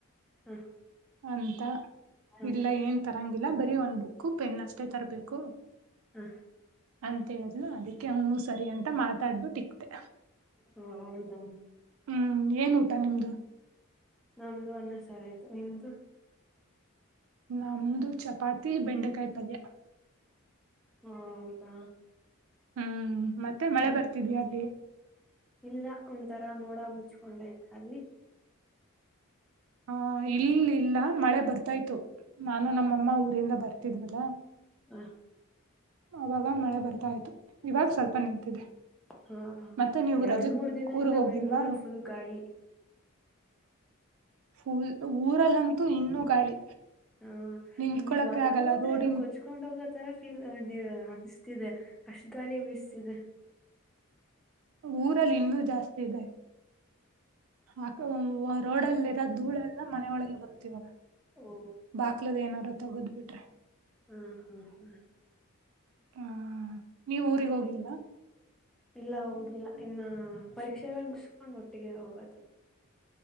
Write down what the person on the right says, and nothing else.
ಅಂತ
ಇಲ್ಲ ಏನ್ ತರಂಗಿಲ್ಲ ಬರಿವನ್ಬ ಬುಕ್ಕು ಪೆನ್ನು ಅಷ್ಟೇ ತರಬೇಕು
ಅಂತ ಹೇಳಿದ್ರು ಅದಕ್ಕೆ ಹ್ಞೂ ಸರಿ ಅಂತ ಮಾತಾಡ್ಬು ಟಿಕ್ತೆ
ಹ್ಮ್ ಏನ್ ಊಟ ನಿಮ್ದು
ನಮ್ದು ಚಪಾತಿ ಬೆಂಡೆಕಾಯಿ ಪಲ್ಯ
ಹ್ಮ್ ಮತ್ತೆ
ಮಳೆ ಬರ್ತಿದಯಾ ಅಲ್ಲಿ
ಹ ಇಲ್ಲಲ್ಲ ಮಳೆ ಬರ್ತಾಯ್ತು ನಾನು ನಮ್ಮಮ್ಮ ಊರಿಂದ ಬರ್ತಿದ್ವಲ್ಲ
ಅವಾಗ ಮಳೆ ಬರ್ತಾಯ್ತು ಇವಾಗ ಸ್ವಲ್ಪ ನಿಂತು
ಮತ್ತೆ ನೀವು
ರಜೆ
ಊರ್ ಹೋಗಿಲ್ವಾ
ಫುಲ್ ಊರಲ್ಲಂತೂ ಇನ್ನುೂ ಗಾಳಿ
ನಿಂತ್ಕೊಳಕೆ
ಆಗಲ್ಲ ರೋಡಿನ್
ಊರಲ್ಲಿ ಇನ್ನೂ ಜಾಸ್ತಿ ಇದೆ ಆಕ ರೋಡಲ್ಲಿರೋ ಧೂಳೆಲ್ಲ ಮನೆಯೊಳಗೆ ಬರುತ್ತ ಇವಾಗ
ಬಾಕ್ಲದ ಏನಾರು ತೊಗೋದ್ ಬಿಟ್ಟು
ಹಾ ನೀವ್ ಊರಿಗೆ ಹೋಗಿಲ್ಲ